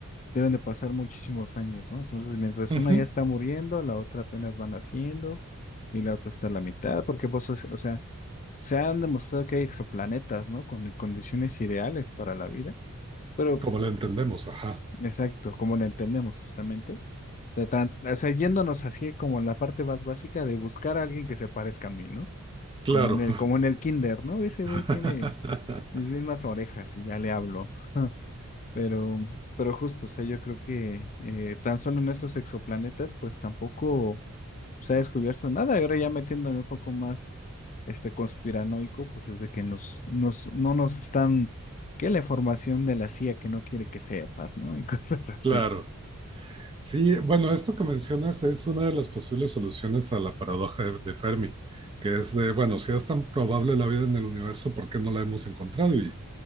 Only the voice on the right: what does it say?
Ujú.
Como la entendemos, ajá.
Claro.
<laughs>
Claro. Sí, bueno, esto que mencionas es una de las posibles soluciones a la paradoja de, de Fermi, que es de, bueno, si es tan probable la vida en el universo, ¿por qué no la hemos encontrado? Y